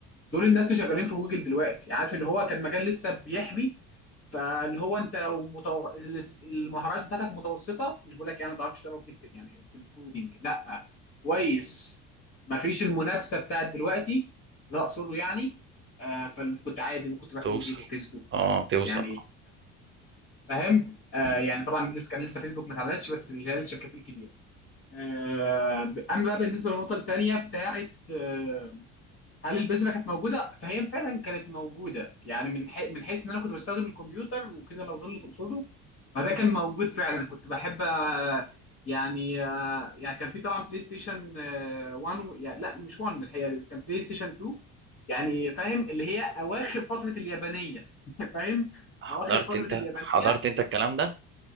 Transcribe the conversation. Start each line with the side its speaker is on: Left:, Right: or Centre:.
Left: دول الناس اللي شغالين في جوجل دلوقتي عارف اللي هو كان مجال لسه بيحبي فاللي هو انت لو متو... المهارات بتاعتك متوسطه مش بقول لك يعني ما تعرفش تقرا وتكتب يعني في الكودينج لا كويس مفيش المنافسه بتاعت دلوقتي لا اقصده يعني آه فكنت عادي ممكن تروح
Right: توصل
Left: جوجل وفيسبوك
Right: اه توصل
Left: يعني
Right: اه
Left: فاهم آه
Right: مم.
Left: يعني طبعا لسه كان لسه فيسبوك ما اتعملتش بس اللي هي الشركات الكبيره آه اما بقى بالنسبه للنقطه الثانيه بتاعت آه، هل البذره كانت موجوده فهي فعلا كانت موجوده يعني من حي... من حيث ان انا كنت بستخدم الكمبيوتر وكده لو ده اللي تقصده فده كان موجود فعلا كنت بحب آه، يعني آه، يعني كان في طبعا بلاي ستيشن آه، 1 و... يعني لا مش 1 الحقيقه كان بلاي ستيشن 2 يعني فاهم اللي هي اواخر فتره اليابانيه <laughs> فاهم
Right: حضرت
Left: اواخر فتره
Right: انت
Left: اليابانيه
Right: حضرت انت الكلام ده